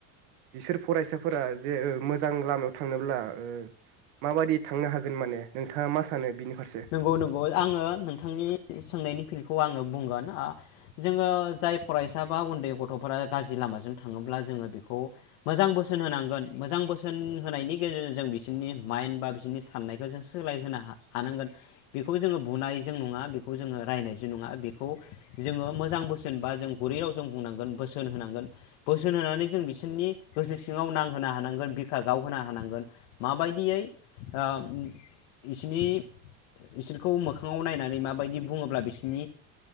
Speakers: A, on the right; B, on the left.
A: बिसोर फरायसाफोरा जे मोजां लामायाव थांनोब्ला ओ माबायदि थांनो हागोन माने नोंथाङा मा सानो बिनि फारसे
B: नंगौ नंगौवाय आङो नोंथांनि सोंनायनि फिनखौ आङो बुंगोन आ जोङो जाय फरायसा बा उन्दै गथ'फोरा गाज्रि लामाजों थाङोब्ला जोङो बेखौ मोजां बोसोन होनांगोन मोजां बोसोन होनायनि गेजेरजों जों बिसोरनि माइन्ड बा बिसोरनि साननायखौ जों सोलाय होनो हानांगोन। बेखौ जोङो बुनायजों नङा बेखौ जोङो रायनायजों नङा बेखौ जोङो मोजां बोसोन बा जों गुरै राव जों बुंनांगोन बोसोन होनांगोन बोसोन होनानै जों बिसोरनि गोसो सिङाव नांहोनो हानांगोन बिखा गावहोनो हानांगोन माबायदियै ओ बिसोरनि बेखौ मोखाङाव नायनानै माबायदि बुङोब्ला बिसोरनि